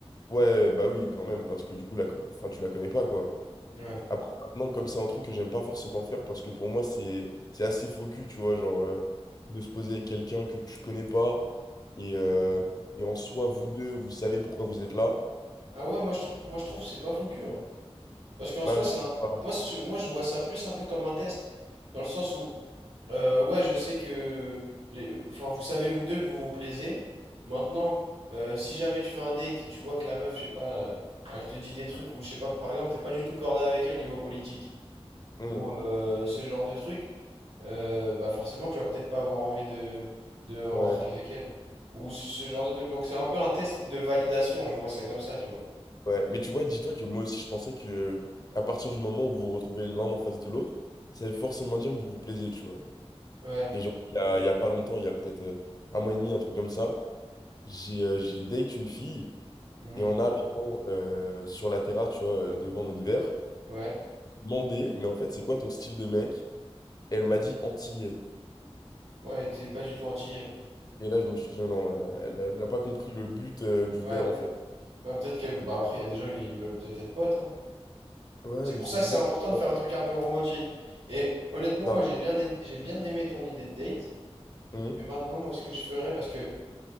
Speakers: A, on the left; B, on the right.
A: ouais, bah oui, quand même, parce que du coup, la, co- enfin, tu la connais pas, quoi.
B: Ouais.
A: Après, maintenant, comme c'est un truc que j'aime pas forcément faire, parce que pour moi, c'est, c'est assez faux cul, tu vois, genre, euh, de se poser avec quelqu'un que tu connais pas, et, euh, et en soi, vous deux, vous savez pourquoi vous êtes là,
B: Ah ouais, moi je trouve, moi je trouve que c'est pas faux cul, hein. Parce qu'en
A: bah,
B: soi,
A: je
B: c'est
A: sais
B: un,
A: pas.
B: moi, je- moi, je vois ça plus un peu comme un test, dans le sens où, euh, ouais, je sais que, les, enfin, vous savez vous deux que vous vous plaisez. Maintenant, euh, si jamais tu fais un date et tu vois que la meuf, je sais pas, euh, elle te dit des trucs ou je sais pas, par exemple, t'es pas du tout cordé avec elle niveau politique
A: Hum,
B: ou euh, ce genre de truc. euh, bah forcément, tu vas peut-être pas avoir envie de, de rentrer
A: ouais.
B: Ouais. avec elle. Ou ce, ce genre de truc. Donc c'est un peu un test de validation, je vois ça comme ça, tu vois.
A: Ouais, mais tu vois, dis-toi que moi aussi, je pensais que à partir du moment où vous vous retrouvez l'un en face de l'autre, ça veut forcément dire que vous vous plaisez, tu vois.
B: Ouais.
A: Et genre, il y a, il y a pas longtemps, il y a peut-être euh, un mois et demi, un truc comme ça, j'ai euh, j'ai date une fille,
B: Mhm.
A: et en arrivant euh, sur la terrasse, tu vois, euh, devant notre verre,
B: Ouais.
A: demandé, mais en fait, c'est quoi ton style de mec? Et elle m'a dit antillais.
B: Ouais, t'es pas du tout entier.
A: Et là, je me suis dit, oh non, elle a, elle a- elle a pas compris le but euh, du
B: Ouais.
A: verre, en fait.
B: Ouais, peut-être que... Bah après, il y a des gens, ils veulent peut-être être potes, hein.
A: Ouais,
B: C'est
A: mais
B: pour
A: c'est
B: ça que
A: bizarre.
B: c'est important de faire un truc un peu romantique. Et honnêtement,
A: Ça.
B: moi, j'ai bien, ai- j'ai bien aimé ton idée de date.
A: Hum,
B: Mais maintenant, moi, ce que je ferais, parce que